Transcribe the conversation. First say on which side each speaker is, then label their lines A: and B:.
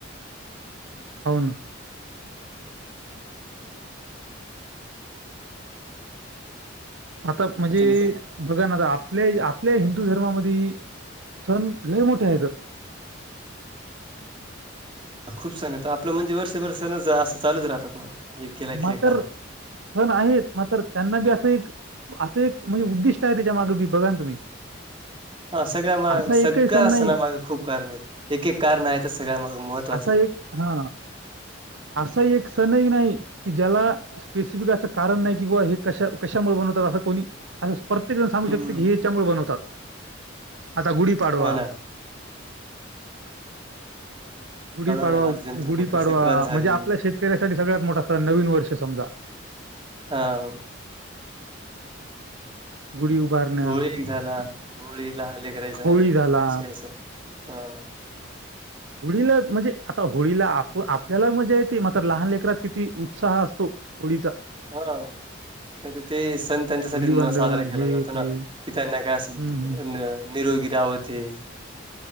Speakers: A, on the right (about 70°); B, on the right (about 25°).
A: होन आता म्हणजे
B: तुमचं
A: बघा ना आता आपल्या आपल्या हिंदू धर्मामध्ये सण लय मोठे आहेत
B: खूप सण येत आपलं म्हणजे वर्षभर सणच असं चालच राहतात ना एक गेला की
A: मात्र
B: एक आला.
A: सण आहेत मात्र त्यांना बी असं एक असं एक म्हणजे उद्दिष्ट आहे त्याच्या मागे बी बघा ना तुम्ही
B: हा सगळ्या मा
A: असा
B: सगळं
A: एकही सण
B: असना
A: नाही
B: मागं खूप कारण आहेत एक एक कारण आहे तर सगळ्या माग महत्त्वाचे
A: असा एक हा असा एक सणही नाही की ज्याला <unintelligible> <unintelligible> <unintelligible> स्पेसिफिक असं कारण नाही की बा हे कशा कशामुळे बनवतात असं कोणी असं <unintelligible> प्रत्येक जण सांगू
B: हम्म.
A: शकते की हे याच्यामुळे बनवतात आता गुढीपाडवा
B: हो ना
A: गुढीपाडवा
B: झाला त्याच्यानंतर
A: गुढीपाडवा
B: मकर संक्रांत झाली.
A: म्हणजे आपल्या शेतकऱ्यासाठी सगळ्यात मोठा सण नवीन वर्ष समजा
B: हा <unintelligible>
A: गुडी उभारणे <unintelligible>
B: होळी एक झाला होळी लानले करायचस
A: होळी झाला
B: हा
A: होळीला म्हणजे आता होळीला आप आपल्याला मजा येते मात्र लहान लेकरात किती उत्साह असतो ओडीिसा
B: हा नाही ते सण त्यांच्यासाठी
A: धुलीवंदन
B: साजरा केला
A: हे
B: जातो
A: ते.
B: ना कि त्यांनाकास निरोगीरा
A: हं, हं.
B: होते